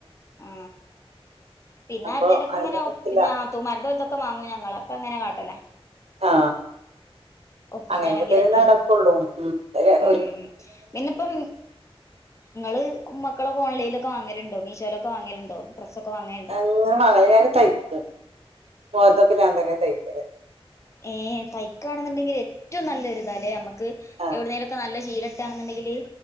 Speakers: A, on the left; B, on the right.
A: ആ പിന്നെ
B: അപ്പൊ
A: അരിതലൊക്കെ
B: അതിനെ
A: അങ്ങനെ
B: പറ്റില്ല
A: പിന്നെ ആ നാത്തൂന്മാരത് ഓല ന്തൊക്കെ വാങ്ങും ഞങ്ങളൊക്കെ അങ്ങനെ കാട്ടല
B: ആ
A: ഒപ്പിച്ചാണെങ്കിലൊക്കെ
B: അങ്ങനെയൊക്കെ തന്നെ നടക്കുള്ളൂ ഉ
A: ഉം പിന്നെപ്പം നിങ്ങള് മക്കളെ ഓൺലൈനിൽ ഒക്കെ വാങ്ങൽ ഉണ്ടോ മീശോലൊക്കേ വാങ്ങലുണ്ടോ ഡ്രസ്സൊക്കെ വാങ്ങലുണ്ടോ
B: അങ്ങനെ മകല് ഞാൻ ഞാൻ തൈക്കും മോളെതൊക്കെ ഞാൻ തന്നെ തൈക്കൽ
A: ഏ തയ്ക്കാണെന്നുണ്ടെങ്കിൽ ഏറ്റവും നല്ലൊരുരിത അല്ലേ നമ്മുക്ക്
B: ആ
A: എവിടുന്നേുംഒ ക്കെ നല്ല ശീല കിട്ടാണുന്നുണ്ടെങ്കിൽ